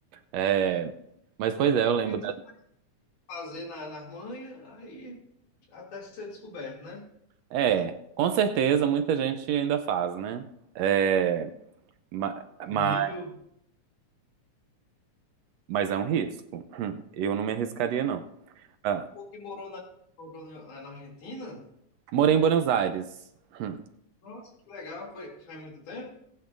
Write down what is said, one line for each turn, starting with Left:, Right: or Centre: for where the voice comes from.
Right: É, mas pois é, eu lembro
Left: A gente fazer na, nas manhas, aí até ser descoberto, né?
Right: É, com certeza muita gente ainda faz, né? É, ma-
Left: O
Right: ma-
Left: Rio,
Right: mas é um risco. Hum, Eu não me arriscaria, não. Ah,
Left: o que morou na, morou na na Argentina?
Right: morei em Buenos Aires. Hum,
Left: Nossa, que legal, foi faz muito tempo.